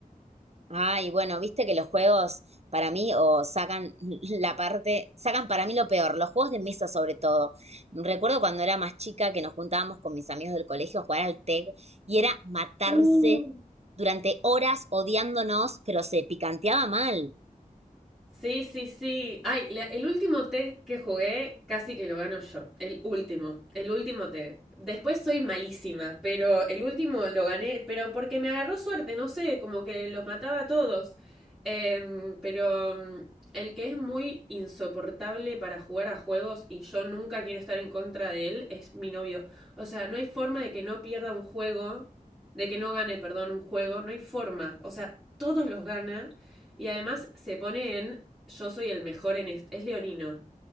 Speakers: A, on the right; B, in the centre.
A: Ay, bueno, viste que los juegos para mí o sacan <laughs> la parte, sacan para mí lo peor, los juegos de mesa sobre todo. Recuerdo cuando era más chica que nos juntábamos con mis amigos del colegio a jugar al TEG y era matarse
B: Uh.
A: durante horas odiándonos, pero se picanteaba mal.
B: Sí, sí, sí. Ay, la- el último TEG que jugué casi que lo gano yo. El último, el último TEG. Después soy malísima, pero el último lo gané, pero porque me agarró suerte, no sé, como que los mataba a todos. Em, pero mm, el que es muy insoportable para jugar a juegos y yo nunca quiero estar en contra de él es mi novio. O sea, no hay forma de que no pierda un juego, de que no gane, perdón, un juego, no hay forma. O sea, todos los gana. Y además se pone en yo soy el mejor en esto. Es leonino.